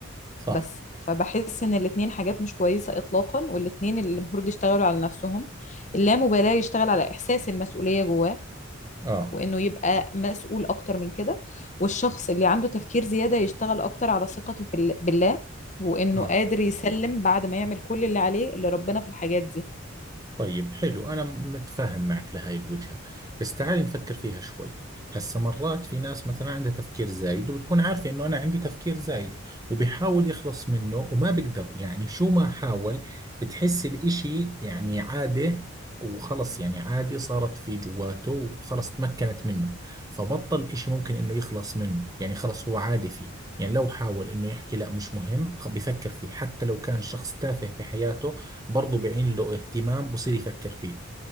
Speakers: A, on the right; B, on the left.
A: صح
B: بس فبحس ان الاتنين حاجات مش كويسة اطلاقا والاتنين اللي المفروض يشتغلوا على نفسهم اللامبالاة يشتغل على احساس المسؤولية جواه
A: اه
B: وانه يبقى مسؤول اكتر من كده والشخص اللي عنده تفكير زيادة يشتغل اكتر على ثقته في ال- بالله وانه
A: اه
B: قادر يسلم بعد ما يعمل كل اللي عليه لربنا في الحاجات دي
A: طيب حلو أنا متفاهم معك لهاي الوجهة بس تعالي نفكر فيها شوي هسا مرات في ناس مثلا عندها تفكير زايد وبتكون عارفة إنه أنا عندي تفكير زايد وبيحاول يخلص منه وما بيقدر يعني شو ما حاول بتحس الإشي يعني عادة وخلص يعني عادي صارت في جواته وخلص تمكنت منه فبطل إشي ممكن إنه يخلص منه يعني خلص هو عادي فيه يعني لو حاول إنه يحكي لا مش مهم خ- بيفكر فيه حتى لو كان شخص تافه في حياته برضو بعين له اهتمام بصير يفكر فيه